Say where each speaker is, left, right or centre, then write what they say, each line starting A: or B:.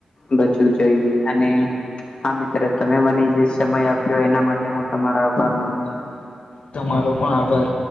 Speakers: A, on the left; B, on the left.
A: બચવું જોઈએ અને હા મિત્ર તમે મને જે સમય આપ્યો એના માટે હું તમારો આભાર માનું છું
B: તમારો પણ આભાર